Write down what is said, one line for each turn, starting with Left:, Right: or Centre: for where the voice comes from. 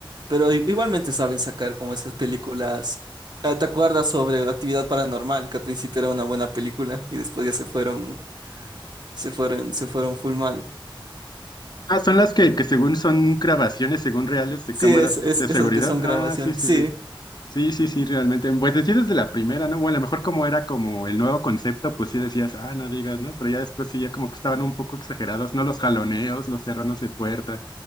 Right: Pero i- igualmente saben sacar como esas películas. Ah, ¿Te acuerdas sobre Actividad Paranormal? Que al principio era una buena película y después ya se fueron, se fueron, se fueron full mal.
Left: Ah, son las que, que según son grabaciones, según reales de
Right: Sí,
Left: cámaras
Right: es, es
Left: de seguridad.
Right: esas que son
Left: Ah,
Right: grabaciones.
Left: sí, sí,
Right: Sí.
Left: sí. Sí, sí, sí, realmente. Pues decías desde la primera, ¿no? Bueno, a lo mejor como era como el nuevo concepto, pues sí decías, ah, no digas, ¿no? Pero ya después sí, ya como que estaban un poco exagerados, ¿no? Los jaloneos, los cerranos de puerta,